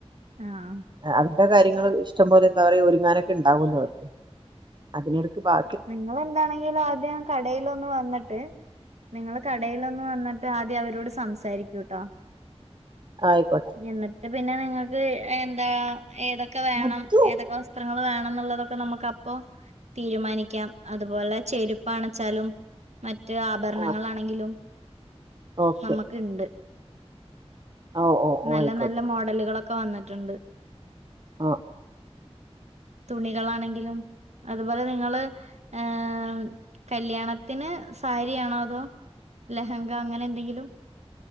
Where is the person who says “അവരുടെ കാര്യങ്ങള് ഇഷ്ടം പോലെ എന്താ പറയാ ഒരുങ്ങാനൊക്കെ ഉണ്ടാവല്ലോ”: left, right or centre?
Right